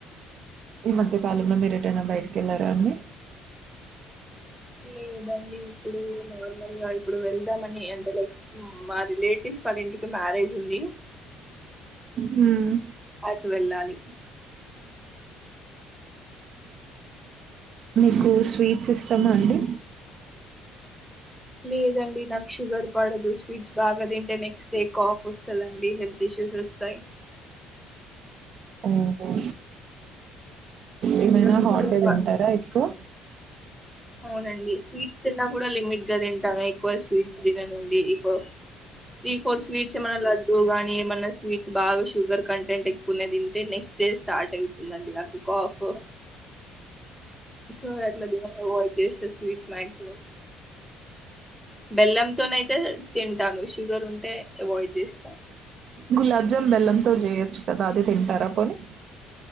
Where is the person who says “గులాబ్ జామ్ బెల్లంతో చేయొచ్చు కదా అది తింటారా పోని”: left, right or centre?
Right